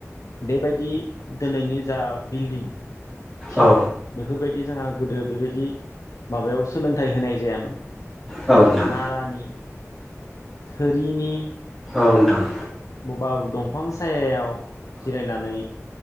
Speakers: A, on the left (about 85°); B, in the centre.
A: बेबायदि दिनैनि जा बिल्डिं थिं
B: औ नोंथां औ
A: बेफोर बायदि। जोंहा गोदो बेबायदि माबायाव सोलोंथाइ होनाय जायामोन।
B: नोंथां
A: ओ नारानि। थोरिनि।
B: औ नोंथां।
A: बबेबा दंफां सायायाव जिरायनानै।